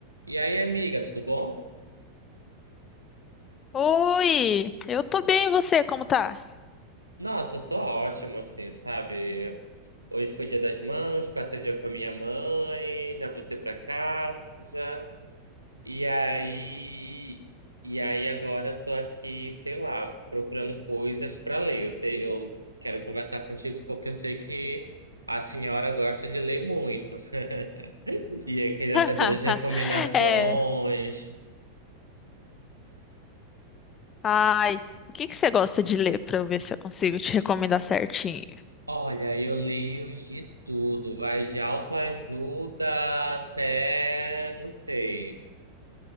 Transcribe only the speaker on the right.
E aí, amiga, tudo bom?
Nossa, eu tô ótimo, assim, sabe? Hoje foi dia das mães, passei o dia com a minha mãe, já voltei pra casa. E aí, e aí agora eu tô aqui, sei lá, procurando coisas pra ler. Eu sei, eu quero conversar contigo porque eu sei que a senhora gosta de ler muito. <laughs> E eu queria
saber das recomendações.
Olha, eu leio de tudo, vai de autoajuda até, não sei,